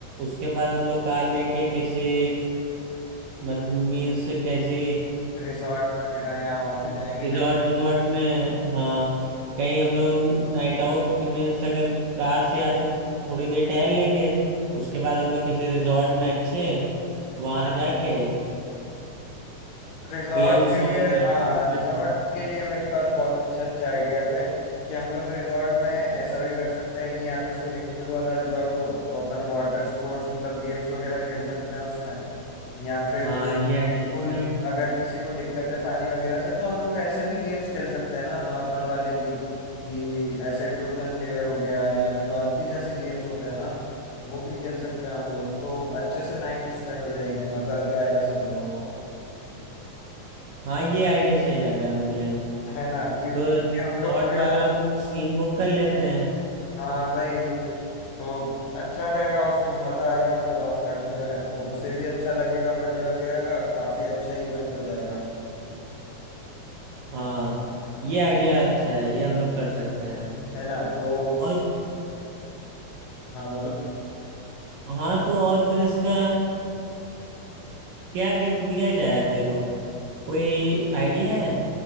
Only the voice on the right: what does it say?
उसके बाद हम लोग कार लेके किसी मतलब मीन्स कैसी
रिजॉर्ट
विजॉर्ट में हाँ कहीं हम लोग नाइट आउट के मीन्स अगर कार से या तो थोड़ी देर टहल लेंगे उसके बाद हम लोग किसी रिजॉर्ट में अच्छे वहां जाके
गेम्स
और ये
तो कुछ
करते हैं
हाँ
ये
आइडिया अच्छा
है
हाँ ये आइडिया सही लग रहा है मुझे
तो
रिजॉर्ट
वाला हम लोग सीन बुक कर लेते हैं
हाँ ये आइडिया अच्छा है ये हम लोग कर सकते हैं
और
हाँ तो और फिर इसका क्या गिफ्ट दिया जाए अजय को कोई आइडिया है